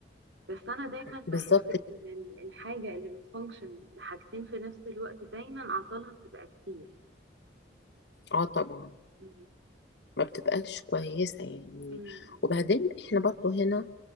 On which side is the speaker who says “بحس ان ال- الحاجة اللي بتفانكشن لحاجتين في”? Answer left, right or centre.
Right